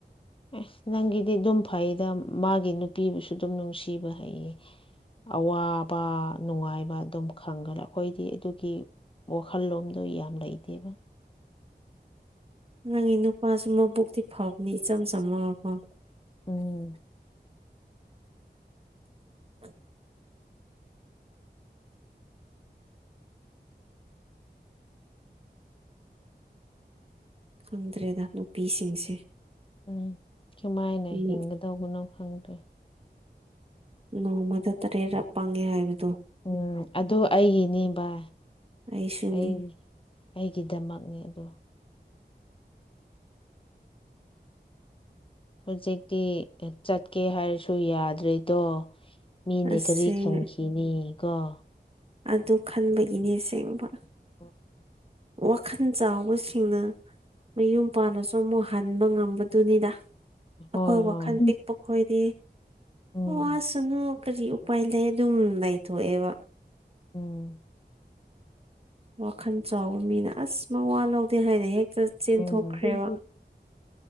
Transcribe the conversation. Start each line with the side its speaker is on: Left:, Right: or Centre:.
Left: ꯑꯦꯁ ꯅꯪꯒꯤꯗꯤ ꯑꯗꯨꯝ ꯐꯩꯗ ꯃꯥꯒꯤ ꯅꯨꯄꯤꯕꯨꯁꯨ ꯑꯗꯨꯝ ꯅꯨꯡꯁꯤꯕ ꯍꯩꯌꯦ ꯑꯋꯥꯕ ꯅꯨꯡꯉꯥꯏꯕ ꯑꯗꯨꯝ ꯈꯪꯒꯂꯦ ꯑꯩꯈꯣꯏꯗꯤ ꯑꯗꯨꯒꯤ ꯋꯥꯈꯜꯂꯣꯝꯗꯣ ꯌꯥꯝ ꯂꯩꯇꯦꯕ
Right: ꯅꯪꯒꯤ ꯅꯨꯄꯥꯁꯨ ꯃꯕꯨꯛꯇꯤ ꯐꯕꯅꯤ ꯏꯆꯝ ꯆꯝꯃꯒꯀ‌ꯣ
Left: ꯎꯝ
Right: <unintelligible> ꯈꯪꯗ꯭ꯔꯦꯗ ꯅꯨꯄꯤꯁꯤꯡꯁꯦ
Left: ꯎꯝ ꯀꯃꯥꯏꯅ
Right: ꯅꯣ-
Left: ꯍꯤꯡꯒꯗꯧꯕꯅꯣ ꯈꯪꯗ꯭ꯔꯦ
Right: ꯅꯣꯡꯃꯗ ꯇꯔꯦꯠꯔꯛ ꯄꯪꯉꯦ ꯍꯥꯏꯕꯗꯣ
Left: ꯎꯝ ꯑꯗꯨ ꯑꯩꯒꯤꯅꯤ ꯕꯥ
Right: ꯑꯩꯁꯨꯅꯤ
Left: ꯑꯩ ꯑꯩꯒꯤꯗꯃꯛꯅꯤ ꯑꯗꯨ ꯍꯧꯖꯤꯛꯇꯤ ꯆꯠꯀꯦ ꯍꯥꯏꯔꯁꯨ ꯌꯥꯗ꯭ꯔꯦꯗꯣ ꯃꯤꯅ
Right: ꯑꯁꯦꯡ
Left: ꯀꯔꯤ ꯈꯟꯈꯤ ꯅꯤꯀ‌ꯣ
Right: ꯑꯗꯨ ꯈꯟꯕꯒꯤꯅꯤ ꯑꯁꯦꯡꯕ
Left: <inaudible>
Right: ꯋꯥꯈꯟ ꯆꯥꯎꯕꯁꯤꯡꯅ ꯃꯌꯨꯝ ꯄꯥꯟꯂꯁꯨ ꯑꯃꯨꯛ ꯍꯟꯕ ꯉꯝꯕꯗꯨꯅꯤꯗ
Left: ꯍꯣꯏ
Right: ꯑꯩꯈꯣꯏ
Left: ꯍꯣꯏ
Right: ꯋꯥꯈꯟ ꯄꯤꯛꯄ ꯈꯣꯏꯗꯤ
Left: ꯎꯝ
Right: ꯋꯥꯁ ꯁꯅꯣ ꯀꯔꯤ ꯎꯄꯥꯏ ꯂꯩ ꯑꯗꯨꯝ ꯂꯩꯊꯣꯛꯑꯦꯕ
Left: ꯎꯝ
Right: ꯋꯥꯈꯟ ꯆꯥꯎꯕ ꯃꯤꯅ ꯑꯁ ꯃꯋꯥ ꯂꯧꯗꯦ ꯍꯥꯏꯅ ꯍꯦꯛꯇ ꯆꯦꯟꯊꯣꯛꯈ꯭ꯔꯦꯕ
Left: ꯎꯝ